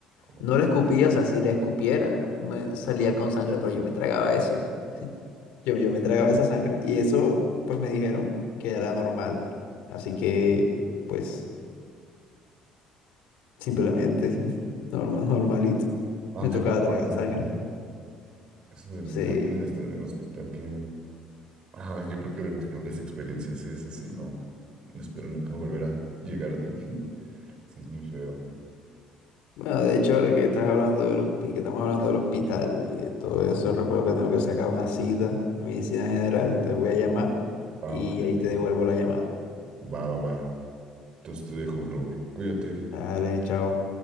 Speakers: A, on the right (about 50°); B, on the left (about 80°).
A: Oh,
B: No la escupía, o sea, si la escupiera, me salía con sangre, pero yo me tragaba eso. Yo, yo me
A: ok.
B: tragaba esa sangre. Y eso, pues me dijeron que era normal. Así que, pues, simplemente, <laughs> normal, normalito.
A: Ah,
B: Me tocaba
A: qué recuerdos,
B: tragar sangre.
A: la verdad. Eso de
B: Sí.
A: también de estar en el hospital, que ah, yo creo que de mis peores experiencias es así, no, no espero nunca volver a llegar a ti. <laughs> Sí, es muy feo.
B: Bueno, de hecho, ahora que estás hablando de los, que estamos hablando del hospital y de todo eso, recuerdo que tengo que sacar una cita de medicina general, entonces voy a llamar
A: Ah,
B: y
A: ok, ok.
B: ahí te devuelvo la llamada.
A: Va, va, va. Entonces te dejo, Raúl. Cuídate.
B: Dale, chao.